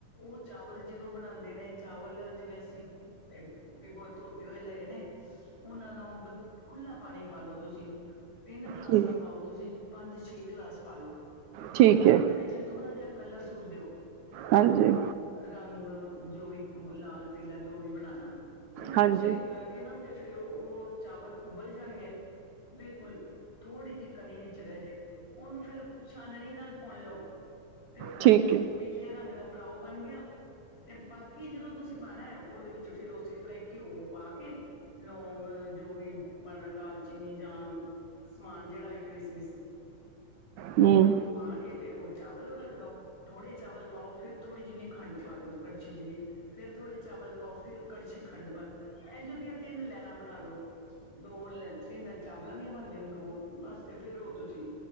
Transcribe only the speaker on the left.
ਉਹ ਚਾਵਲ ਜਦੋਂ ਬਣਾਉਦੇ ਨੇ ਚਾਵਲ ਜਿਵੇਂ ਅਸੀਂ ਪਿਗੋ ਧੋਤੇ ਹੋਏ ਲਏ ਨੇ ਉਹਨਾਂ ਨੂੰ ਖੁਲਾ ਪਾਣੀ ਪਾ ਲਓ ਤੁਸੀਂ। ਤਿੰਨ ਗਲਾਸ
ਨਾ ਪਾਓ ਤੁਸੀਂ ਪੰਜ ਛੇ ਗਲਾਸ ਪਾ ਲੋ।
ਉਹਨਾਂ
ਦੇ ਵਿੱਚ ਥੋੜ੍ਹਾ ਜਿਹਾ ਕਲਰ ਸੁੱਟ ਦਿਓ।
ਰੰਗ ਜੋ ਵੀ ਲਾਲ ਪੀਲਾ ਜੋ ਵੀ ਬਣਾਣਾ। ਉਹ
ਤੁਸੀਂ ਕਰਕੇ ਨਾ ਤੇ ਫੇਰ ਉਹ ਚਾਵਲ ਉਬਲ ਜਾਣਗੇ ਬਿਲਕੁਲ ਥੋੜ੍ਹੀ ਜਿਹੀ ਕਨੀ ਵਿੱਚ ਰਹਿ ਜੇ ਉਹਨੂੰ ਫੇਰ ਛਾਨਣੀ ਨਾਲ ਪੁਣ ਲਓ। ਤੇ ਉਹ ਤੁਹਾਡੇ
ਚ
ਪੀਲੇ ਰੰਗ ਦਾ ਪਲਾਓ ਬਣ ਗਿਆ ਤੇ ਬਾਕੀ ਜਦੋਂ ਤੁਸੀਂ ਪਾਣਾ ਹੈ ਉਹਦੇ ਵਿੱਚ ਫਿਰ ਉਸੇ ਤਰ੍ਹਾਂ ਘਿਓ ਪਾ ਕੇ ਲੌਂਗ ਜੋ ਵੀ ਬਣ ਦਾਲਚੀਨੀ ਜਾਂ ਸਮਾਨ ਜਿਹੜਾ ਵੀ ਕ੍ਰਿਸਮਿਸ
ਉਹ ਪਾ ਕੇ ਤੇ ਉਹ ਚਾਵਲ ਨੂੰ ਰੱਖ ਰ ਦੋ ਥੋੜੇ ਚਾਵਲ ਪਾਓ ਫਿਰ ਥੋੜੀ ਜਿਨੀ ਖੰਡ ਪਾ ਦੋ ਕੜਛੀ ਜਿੰਨੀ ਫੇਰ ਥੋੜੇ ਚਾਵਲ ਪਾਓ ਫਿਰ ਕੜਛੀ ਖੰਡ ਪਾ ਦ ਇੰਝ ਦੀਆਂ ਤਿੰਨ ਲਹਿਰਾਂ ਬਣਾ ਲੋ ਦੋ ਲ ਤਿੰਨ ਚਾਵਲਾਂ ਦੀ ਬਣਦੀ ਨੇ ਦੋ ਵਸਤੇ ਫੇਰ ਉਹ ਤੁਸੀਂ